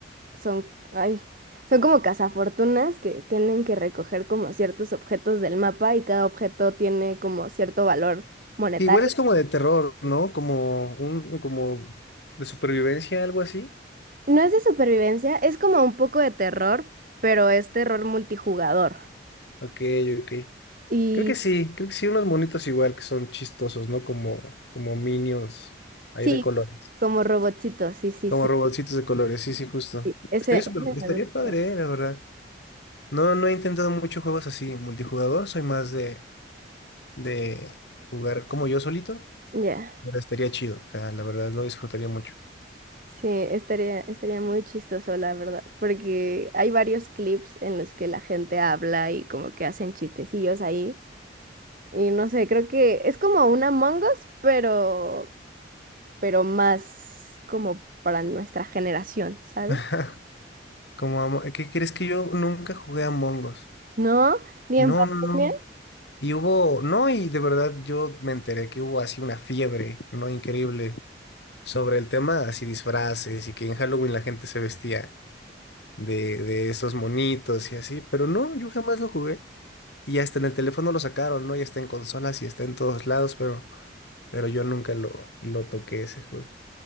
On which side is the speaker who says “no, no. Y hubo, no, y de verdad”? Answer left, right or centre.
Left